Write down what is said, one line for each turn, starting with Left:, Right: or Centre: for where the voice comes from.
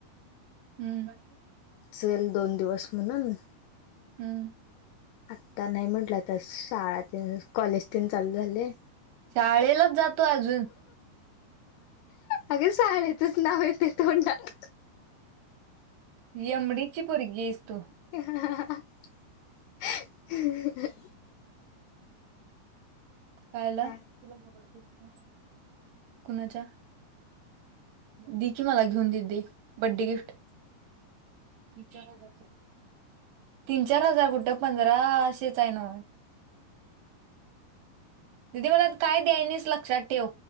Right: हम्म
Left: चल दोन दिवस म्हणून
Right: हम्म
Left: आता नाही म्हटलं आता शाळात कॉलेज तेन चालू झाले
Right: शाळेलाच जा तू अजून
Left: अगे शाळेचच नाव येतय तोंडात
Right: एमडीची पोरगी आहेस तू
Left: ह <unintelligible>
Right: कायला
Left: काय
Right: तुला कुणाच्या देकी मला घेऊन दीदी बड्डे गिफ्ट चार हजार तीन चार हजार कुठं पंधराशेचा आहे ना म दिदी मला काय द्यायनीश लक्षात ठेव